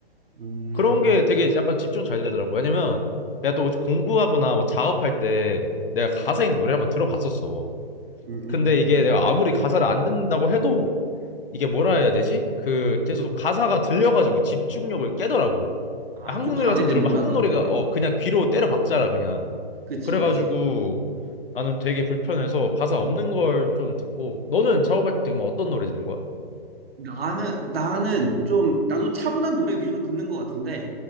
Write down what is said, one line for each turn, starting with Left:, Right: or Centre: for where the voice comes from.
Right: 음,
Left: 그런 게 되게 약간 집중 잘 되더라고. 왜냐면 내가 또 공부하거나 뭐 작업할 때 내가 가사
Right: 음,
Left: 있는 노래 한번 들어봤었어.
Right: 음, 음,
Left: 근데
Right: 음.
Left: 이게 내가 아무리 가사를 안 듣는다고 해도 이게 뭐라 해야 되지? 그 계속 가사가 들려가지고 집중력을 깨더라고.
Right: 아,
Left: 한국
Right: 좀 방해되는구나,
Left: 노래 같은 거 들으면 한국
Right: 너한테는.
Left: 노래가 어 그냥 귀로 때려 박잖아 그냥.
Right: 그치,
Left: 그래가지고
Right: 그치.
Left: 나는 되게 불편해서 가사 없는 걸 좀 듣고 너는 작업할 때그 어떤 노래 듣는 거야?
Right: 나는, 나는 좀, 나도 차분한 노래 위주로 듣는 것 같은데,